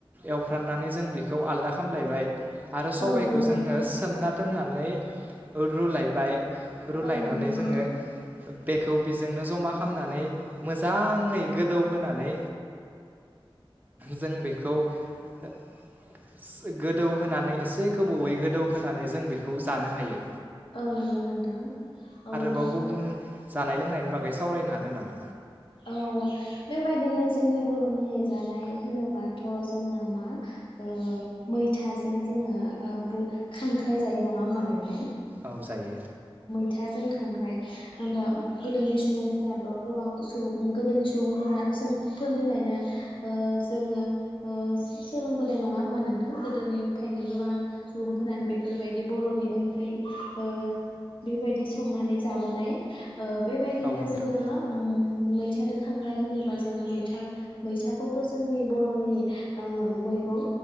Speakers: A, on the right; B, on the left.
A: एवफ्राननानै जों बेखौ आलदा खालाम लायबाय। आरो सबाइखौ
B: औ नंगौ
A: जोङो
B: नोंथां
A: सोमना दोननानै रुलायबाय रुलायनानै
B: औ नंगौ नोंथां
A: जोङो बेखौ बेजोंनो जमा खालामनानै मोजाङै गोदौहोनै जों बेखौ होग सो गोदौहोनानै एसे गोबावै गोदौ होनोनानै जों बेखौ जानो हायो।
B: औ नंगौ नोंथां औ नों
A: बाव गुबुन जानाय लोंनाय नि बागै सावरायनो हागोन नामा?
B: औ बेबायदिनो जोंनि बर'नि जानाय होनोबाथ' जोंना मा ओ मैथाजों जोङो ब खांख्राइ जायै नङा होमबा नोंथां।
A: औ जा जायो।
B: थाजों खांग्राय होमबा गोदोनि सुबुंफोराबो गोबां सुबुं गोदोनि सुबुंफोरा सों फोरनिफ्रायनो ओ जोङो ओ सोलोंबोनाय नङा होमबा नोंथां गोदोनिफ्रायनो गोबां सुबुंफोरानो बेफोरबायदि बर'नि ओंख्रि ओ बेबायदि संनानै जाबोनाय ओ बेबायदिनो
A: औ नोंथां
B: जोङो उम मैथादो खांख्राय होनोबा जोङो मैथा मैथाखौथ' जोंनि बर'नि ओ मैगं